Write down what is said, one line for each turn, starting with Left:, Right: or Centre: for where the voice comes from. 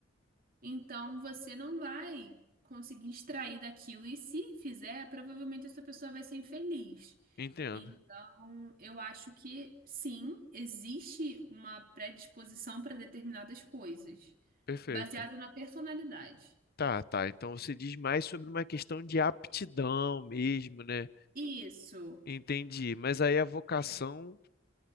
Right: Então você não vai conseguir extrair daquilo. E se fizer, provavelmente essa pessoa vai ser infeliz.
Left: Entendo.
Right: Então, eu acho que sim, existe uma predisposição para determinadas coisas,
Left: Perfeito.
Right: baseado na personalidade.
Left: Tá, tá. Então você diz mais sobre uma questão de aptidão mesmo, né?
Right: Isso.
Left: Entendi. Mas aí a vocação